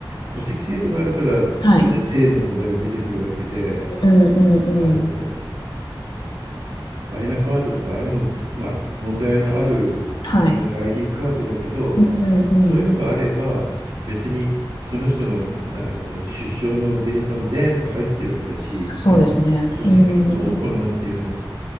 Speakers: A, on the right; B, on the left.
A: 戸籍制度があるから、
B: はい。
A: ね性の問題が出てくるわけで、
B: うんうんうん。
A: あの、マイナカードとか、ああいうの、まあ、問題のある、
B: はい。
A: うん、ID カードだけど、
B: うんうんうん。
A: そういうのがあれば、別にその人の、あの出生のデータも全部入ってるわけだし、
B: そうですね。
A: 戸籍謄本なんていうの
B: うん。